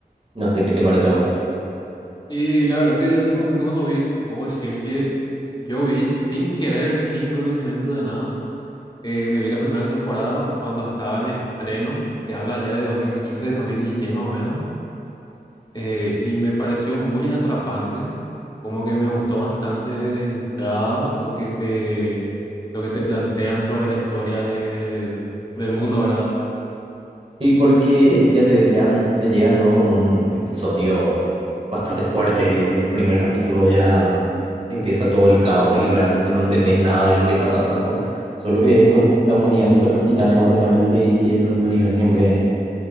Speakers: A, on the right; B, on the left.
A: No sé qué te parece a vos.
B: Y la verdad que yo en su momento cuando vi, te puedo decir que yo vi, sin querer, sin conocimiento de nada, eh, me vi la primera temporada cuando estaba en estreno, te habla ya de dos dos mil quince, dos mil dieciséis más o menos, eh, y me pareció muy atrapante, como que me gustó bastante de entrada lo que te, lo que te plantean sobre la historia de, del mundo, ¿verdad?
A: Sí, porque ya te, llegan- te llegan luego con un episodio bastante fuerte. El primer capítulo ya empieza todo el caos y realmente no entendés nada de lo que está pasando. Solo que es con la humanidad contra los titanes, básicamente, y que la humanidad siempre